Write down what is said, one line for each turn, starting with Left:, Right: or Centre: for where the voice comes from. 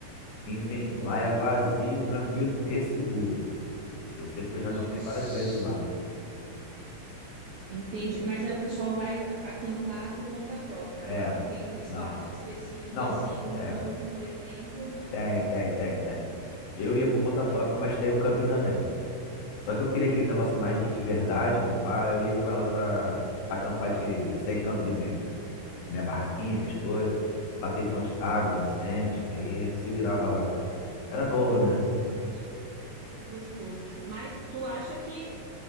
Right: Entendi,
Left: Enfim, lá
Right: tá.
Left: é vazio, tranquilo e seguro. Eu sei porque eu já
Right: Isso.
Left: acampei várias vezes lá.
Right: Entendi. Mas aí o pessoal vai acampar por conta própria.
Left: É,
Right: Lá não tem um espaço
Left: não,
Right: específico,
Left: não,
Right: assim, um
Left: é,
Right: camp, por exemplo, não.
Left: tem, tem, tem, tem. Eu ia por conta própria,
Right: Legal.
Left: mas tem o camping também. Só que eu queria aquele
Right: Ah,
Left: negócio mais de verdade, né, pá? Eu ia com ela pra, pra acampar de sem camping mesmo. Na minha barraquinha, minhas coisas. Lá tem fonte d'água, nascente. Aí a gente se virava lá. Era novo, né?
Right: gostoso.
Left: <laughs>
Right: Que gostoso. Mas tu acha que